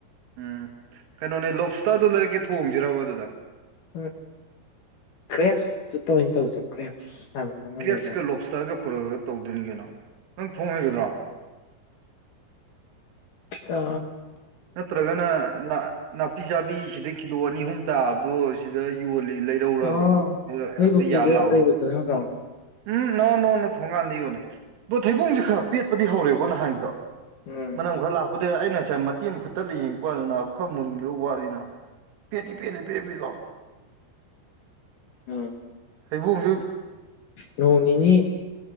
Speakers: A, on the right; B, on the left.
A: ꯎꯝ ꯀꯩꯅꯣꯅꯦ ꯂꯣꯞꯁꯇꯗ ꯂꯩꯔꯛꯀꯦ ꯊꯣꯡꯁꯤꯔꯕ ꯑꯗꯨꯗ
B: ꯎ ꯀ꯭ꯔꯦꯞꯁ ꯇ ꯇꯧ ꯆ ꯀ꯭ꯔꯦꯞꯁ ꯍꯥꯏꯕ꯭ꯔꯥ ꯑꯃ
A: ꯀꯦꯞꯁꯀ
B: ꯂꯩꯗꯥꯏꯅꯦ
A: ꯂꯣꯞꯁꯇꯒ ꯄꯨꯔꯛꯒ ꯇꯧꯗꯣꯏꯅꯤ ꯀꯅ ꯅꯪ ꯊꯣꯡ ꯍꯥꯏꯒꯗ꯭ꯔꯥ
B: ꯇ
A: ꯅꯠꯇ꯭ꯔꯒꯅ ꯅꯥꯄꯤ ꯆꯥꯕꯤ ꯁꯤꯗ ꯀꯤꯂꯣ ꯑꯅꯤ ꯑꯍꯨꯝ ꯇꯥꯕꯗꯣ ꯁꯤꯗ ꯌꯣꯜꯂꯤ ꯂꯩꯔꯧꯔꯕ
B: ꯑꯣ
A: ꯑ
B: ꯅꯣꯏ
A: ꯍꯥꯏꯐꯦꯠ
B: ꯄꯨꯈ꯭ꯔꯤꯗ
A: ꯌꯥ ꯂꯥꯛꯥꯎꯔꯕ
B: ꯂꯩꯕꯗꯣ ꯅꯠꯇ꯭ꯔꯣ
A: ꯎꯝ ꯅꫭ ꯅꫭ ꯅꫭ ꯊꯣꯡꯒꯥꯟꯗ ꯌꯣꯜꯂꯦ ꯊꯩꯕꯣꯡꯁꯦ ꯈꯔ ꯄꯦꯄ ꯍꯧꯔꯦꯕꯣ ꯅꯍꯥꯟꯒꯤꯗꯣ
B: ꯎꯝ
A: ꯃꯅꯝ ꯈꯔ ꯂꯥꯛꯄꯗꯨ ꯑꯩꯅ ꯉꯁꯥꯏ ꯑꯇꯦꯝ ꯃꯈꯨꯠꯇ ꯂꯩ ꯌꯦꯡꯉꯛꯄꯗꯅꯥ ꯈꯔ ꯃꯨꯟꯕ ꯋꯥꯠꯂꯤꯅ ꯄꯦꯠꯇꯤ ꯄꯦꯂꯤ ꯄꯦꯦ ꯄꯦꯠ ꯂꯑꯣ <unintelligible> <inaudible>
B: ꯎꯝ
A: ꯍꯩꯕꯣꯡ
B: ꯅꯣꯡ ꯅꯤꯅꯤ